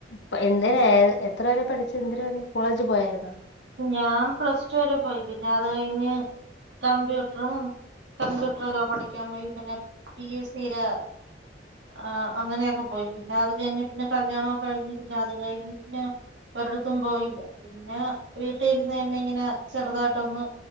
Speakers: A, on the left; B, on the right.
A: പ എന് എത്ര വരെ പഠിച്ചു എന്തര് വരെ കോളേജ് പോയായിരുന്നോ
B: ഞാൻ പ്ലസ് ടു വരെ പോയി പിന്നെ അത് കഴിഞ്ഞ് കമ്പ്യൂട്ട്റും കമ്പ്യൂട്ടറൊക്കെ പഠി ഠിക്കാൻ പോയി പിന്നെ പിഎസ് സീല് ആ അങ്ങനെയൊക്കെ പോയി പിന്നെ അത് കഴിഞ്ഞ് പിന്നെ കല്യാണോം കഴിഞ്ഞ് പിന്നെ അത് കഴിഞ്ഞ് പിന്നെ ഒരിടത്തും പോയില്ല പിന്നെ വീട്ടി ഇരുന്ന് തന്നെ ഇങ്ങനെ ചെറുതായിട്ടൊന്ന്